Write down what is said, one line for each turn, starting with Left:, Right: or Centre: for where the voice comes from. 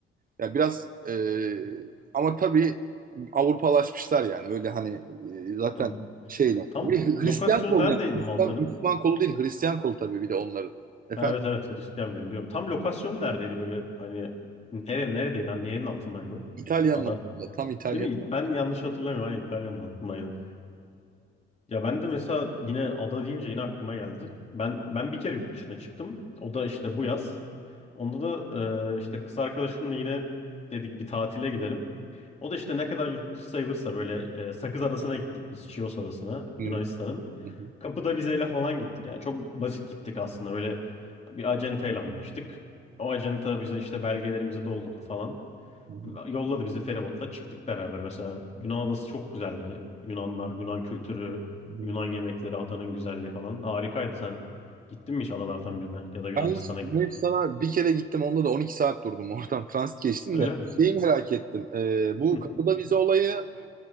Right: Ya biraz e, ama tabii Avrupalaşmışlar yani öyle hani e, zaten
Left: Anladım.
Right: şeyle.
Left: Tam
Right: Bir Hristiyan
Left: lokasyonu
Right: kol
Left: neredeydi
Right: yani. Hristiyan,
Left: Malta'nın?
Right: Müslüman kolu değil Hristiyan kolu tabii bir de onların. Efendim
Left: Ha, evet evet Hristiyan bile biliyorum. Tam lokasyonu neredeydi böyle hani nere, neredeydi? Hani yerin altındaydı o
Right: İtalyanlar
Left: ada.
Right: aslında, tam İtalyanlar.
Left: Değil mi? Ben yanlış hatırlamıyorum. Hani İtalya'nın altındaydı. Ya ben de mesela yine ada deyince yine aklıma geldi. Ben ben bir kere yurt dışına çıktım. O da işte bu yaz. Onda da e, işte kız arkadaşımla yine dedik bir tatile gidelim. O da işte ne kadar yurt dışı sayılırsa böyle e, Sakız Adası'na gittik biz. Chios Adası'na Yunanistan'ın.
Right: Hı, hı, hı,
Left: Kapıda vizeyle falan gittik. Yani çok basit gittik aslında. Böyle bir acenteyle anlaştık. O acenta bize işte belgelerimizi doldurdu falan.
Right: hı,
Left: Yolladı bizi feribotla çıktık beraber mesela. Yunan adası çok güzeldi. Yunanlar, Yunan kültürü,
Right: hı.
Left: Yunan yemekleri, adanın güzelliği falan harikaydı. Sen gittin mi hiç adalardan birine ya da Yunanistan'a?
Right: Ben Yunanistan'a bir kere gittim onda da 12 saat durdum <laughs> oradan transit geçtim
Left: <laughs> Öyle
Right: de şeyi merak ettim. E, bu
Left: mi?
Right: kapıda vize olayı